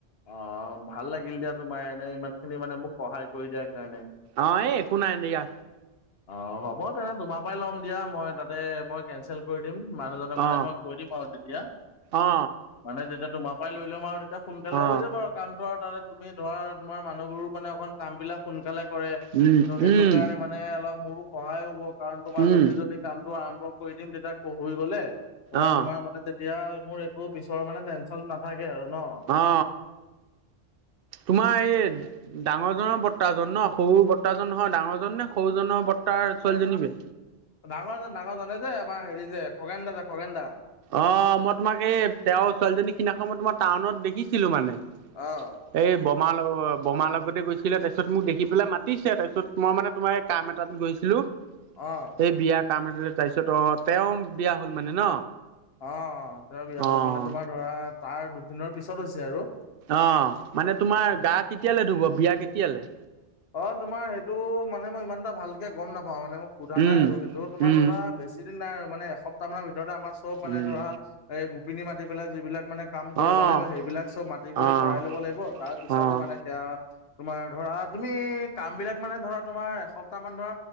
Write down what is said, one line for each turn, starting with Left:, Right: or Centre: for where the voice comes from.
Left: অঁ ভাল লাগিল দিয়া তোমাৰ এনে ইমান খিনি মানে মোক সহায় কৰি দিয়াৰ কাৰণে।
Right: অঁ এই একো নাই দিয়া।
Left: অঁ হ'ব তেনে তোমাৰ পৰাই ল'ম দিয়া মই তাতে মই কেনচেল কৰি দিম মানুহজনক মানে
Right: অ
Left: মই অঁ তেতিয়া,
Right: অ
Left: মানে যেতিয়া তোমাৰ মই লৈ লম আৰু তেতিয়া সোনকালে
Right: অ
Left: হৈ যাব আৰু কামটো আৰু তাতে তুমি ধৰা তোমাৰ মানুহবোৰ মানে অকণ কাম বিলাক সোন সোনকালে কৰে,
Right: উম
Left: ত সেইটো
Right: উম
Left: কাৰণে মানে অলপ মোৰো সহায় হ'ব কাৰণ তোমাৰ
Right: উম
Left: জল্দি জল্দি কামটো আৰম্ভ কৰি দিম তেতিয়া হৈ গলে ধৰা
Right: অ
Left: তোমাৰ মানে তেতিয়া মোৰ একো পিছৰ মানে টেনচন নাথাকে আৰু ন।
Right: অ তোমাৰ এই ডাঙৰজনৰ বৰ্টাজন ন, সৰু বৰ্টাজন নহয় ডাঙৰ জন নে সৰুজনৰ বৰ্ট তাৰ ছোৱালীজনী যে
Left: ডাঙৰ জন, ডাঙৰ জন, এই যে আমাৰ হেৰি যে খগেন দা যে, খগেন দা।
Right: অঁ, মই তোমাক এই তেওঁৰ ছোৱালীজনী সিদিনাখন মই তোমাৰ টাউনত দেখিছিলোঁ মানে
Left: অঁ
Right: এই বমাৰ লগত, বমাৰ লগতে গৈছিলে, তাৰপিছত মোক দেখি পেলাই মাতিছে, তাৰপিছত মই মানে তোমাৰ এই কাম এটা গৈছিলো,
Left: অ
Right: এই বিয়া কাম এটা তাৰপিছত অ, তেওঁ বিয়া হ'ল মানে ন।
Left: অঁ, তেওঁৰ বিয়া
Right: অ'
Left: হ'ল মানে তোমাৰ ধৰা তাৰ দুদিনৰ পিছত হৈছে আৰু।
Right: অঁ মানে তোমাৰ গা কেতিয়ালে ধুব? বিয়া কেতিয়ালে?
Left: অ তোমাৰ সেইটো মানে মই ইমান এটা ভাল চে গম নাপাওঁ মানে মোক সোধা
Right: উম।
Left: নাই আৰু সেইটো তোমাৰ
Right: উম
Left: ধৰা বেছি দিন নাই আৰু মানে এসপ্তাহমান ভিতৰতে আমাৰ মানে
Right: উম
Left: ধৰা, এই গোপিনী মাতি পেলাই যিবিলাক মানে কাম কৰিব
Right: অ'
Left: লাগিব সেইবিলাক চব মাতি কৰি
Right: অ'
Left: কৰাই ল'ব লাগিব, তাৰ পিছতহে
Right: অ'
Left: মানে সেইয়া তোমাৰ ধৰ ধৰা, তুমি কাম বিলাক মানে ধৰা, তোমাৰ এসপ্তাহ মান ধৰা